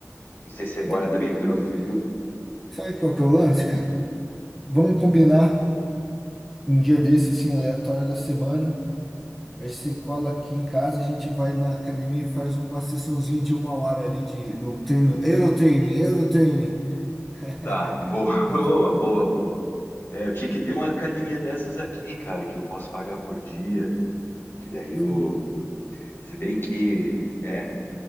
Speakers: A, on the left; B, in the centre.
A: Não sei se agora
B: Não, mas
A: também
B: não,
A: entrou
B: per- não.
A: frio.
B: Sabe qual que é o lance, cara? Vamos combinar um dia desse, assim, aleatório da semana. A gente se cola aqui em casa, a gente vai na academia e faz uma sessãozinha de uma hora ali de, do treino. Eurotraining, Eurotraining.
A: Tá,
B: <laughs>
A: boa, <laughs> boa,
B: Do, tu-
A: boa, boa. É, eu tinha que ter uma academia dessas aqui, cara, que eu posso pagar por dia. Que daí eu.
B: sim,
A: Se bem que. É,